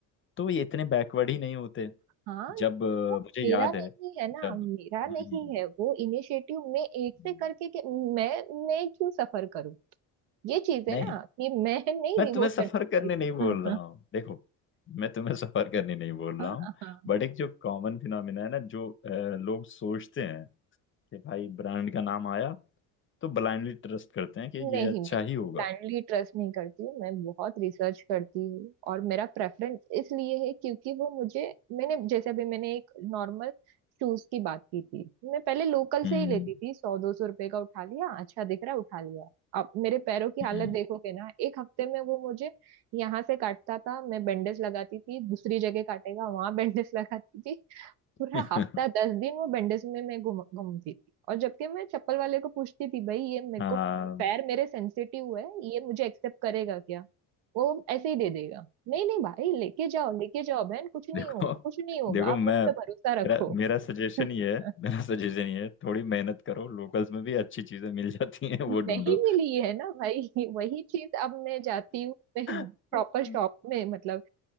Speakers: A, on the left; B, on the right.
A: तो ये इतने बैकवर्ड ही नहीं होते
B: हाँ
A: जब अ,
B: वो
A: मुझे याद
B: मेरा नहीं
A: है जब
B: है ना मेरा
A: हम्म,
B: नहीं
A: हम्म,
B: है वो इनिशिएटिव मैं एक
A: हम्म।
B: से करके के, मैं मैं क्यों सफर करूं ये चीज है
A: नहीं
B: ना कि मैं <laughs> नहीं
A: मैं तुम्हें
B: वो
A: सफर
B: कर सकती
A: करने नहीं बोल
B: <laughs> हाँ
A: रहा हूँ देखो मैं तुम्हें सफर करने नहीं बोल
B: हाँ
A: रहा हूँ
B: हाँ हाँ
A: बट एक जो कॉमन फिनोमिना है ना जो अ, लोग सोचते हैं कि भाई ब्रांड का नाम आया तो ब्लाइंडली ट्रस्ट करते हैं कि
B: नहीं
A: ये अच्छा
B: मैं
A: ही होगा
B: ब्लाइंडली ट्रस्ट नहीं करती हूँ मैं बहुत रिसर्च करती हूँ और मेरा प्रेफरेंस इसलिए है क्योंकि वो मुझे मैंने जैसे अभी मैंने एक नॉर्मल शूज की बात की थी मैं पहले लोकल
A: हम्म
B: से ही लेती थी सौ दो सौ रुपए का उठा लिया अच्छा दिख रहा उठा लिया अब मेरे पैरों की हालत
A: हम्म
B: देखोगे ना एक हफ्ते में वो मुझे यहाँ से काटता था मैं बैंडेज लगाती थी दूसरी जगह काटेगा वहां बैंडेज <laughs> लगाती थी पूरा
A: <laughs>
B: हफ्ता दस दिन वो बैंडेज में मैं घूम घूमती थी और जबकि मैं चप्पल वाले को पूछती थी भाई ये मेरे
A: हाँ
B: को पैर मेरे सेंसिटिव है ये मुझे एक्सेप्ट करेगा क्या वो ऐसे ही दे देगा नहीं नहीं भाई लेके जाओ लेके जाओ बहन कुछ नहीं
A: देखो
B: होगा कुछ नहीं होगा
A: देखो
B: आप
A: मैं
B: मुझ पे भरोसा रखो
A: मेरा मेरा सजेशन
B: <laughs>
A: ये है मेरा सजेशन ये है थोड़ी मेहनत करो लोकल्स में भी अच्छी चीजें मिल जाती हैं वो ढूंढो
B: नहीं मिली है ना भाई वही चीज अब मैं जाती हूँ मैं
A: <laughs>
B: प्रॉपर शॉप में मतलब